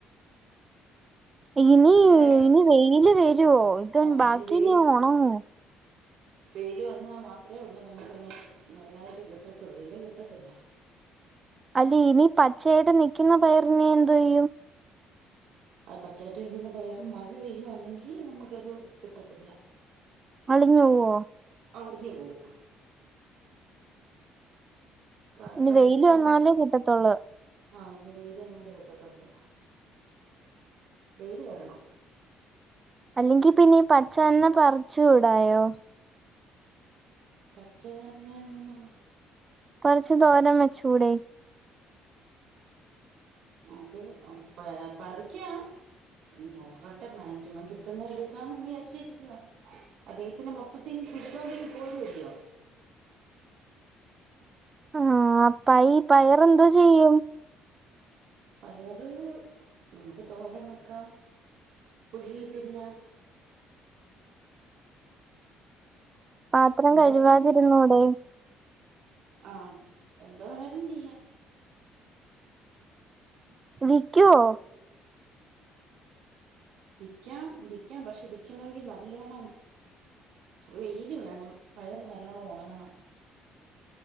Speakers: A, on the right; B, on the right.
A: ഇനി
B: നല്ല പയറാ
A: ഇനി വെയില് വരുവോ ഇതൊ
B: ആഹ്
A: ബാക്കിനി
B: ഇനി വെയിൽ
A: ഓണങ്ങോ
B: വെയില് വന്നാ മാത്രള്ളൂ നമുക്കതിനെ നല്ലായിട്ട് കിട്ടത്തുള്ളൂ ഇല്ലേ കിട്ടത്തില്ല
A: അല്ല ഇനി പച്ചയിട്ട് നിക്കുന്ന പയറിനെ എന്തേയ്യും
B: ആഹ് പച്ചായിട്ടിരിക്കുന്ന പയറ് മഴ പെയ്യുവാണെങ്കിൽ നമുക്കത് കിട്ടത്തില്ല.
A: അളിഞ്ഞവോ
B: അളിഞ്ഞ് പോവും പ
A: ഇനി
B: പഠിത്തയാണെ
A: വെയില് വന്നാലേ കിട്ടത്തുള്ളൂ
B: ആഹ് അയിന് വേര് വന്നാലെ പൊട്ടത്തള്ളൂ വേര് വരണം
A: അല്ലെങ്കി പിന്നെ പച്ചന്നെ പറിച്ചുടായോ
B: പച്ചതന്നങ്ങനാ
A: കൊറച് തോരം വെച്ചൂടെ
B: അത് ആഹ് പറിക്കാ നോക്കട്ടെ മാക്സിമം കിട്ടുന്ന എടുക്കാണ് വിചാരിച്ചിരികയാ. അതെ പിന്നെ മൊത്തത്തിൽ പിടതോണ്ടെങ്കിൽ പോരുല്ലയോ
A: ആഹ് പയി പയർ എന്തോ ചെയ്യും
B: പയറ് നമുക്ക് തോരം വെക്കാം പുഴുങ്ങി തിന്നാം.
A: പാത്രം
B: എന്തോ
A: കഴവാതിരുന്നൂടെ
B: വേണേലും ആഹ് എന്താ വേണാലും ചെയ്യാം
A: വിക്കുവോ?
B: വിക്കാം വിക്കാം പക്ഷെ വിക്കണങ്കിൽ നല്ലോണം വെയില് വേണം പയറ് നല്ലോണം ഉണങ്ങണം